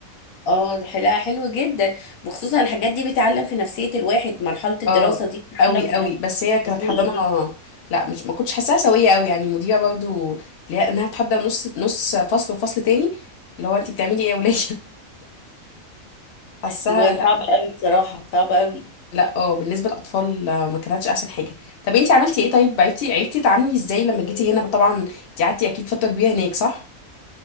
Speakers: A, on the left; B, on the left.
A: اه دي حلقة حلوة جدا وخصوصا الحاجات دي بتعلم في نفسية الواحد مرحلة الدراسة
B: اه
A: دي بتعلم
B: قوي
A: في
B: قوي
A: نفسية
B: بس هي كانت
A: الطفولة
B: حضانه
A: دي
B: لا مش ما كنتش حاساها سويه قوي يعني المديره برضو اللي هي انها تحضر نص نص فصل وفصل تاني اللي هو انت بتعملي ايه يا وليه <laughs> حاساها
A: م- صعبة
B: لا
A: قوي بصراحة صعبة قوي
B: لا اه بالنسبه للاطفال آه، ما كانتش احسن حاجه طب انت عملتي ايه طيب عرفتي عرفتي تتعاملي ازاي لما جيتي هنا طبعا انت قعدتي اكيد فتره كبيره هناك صح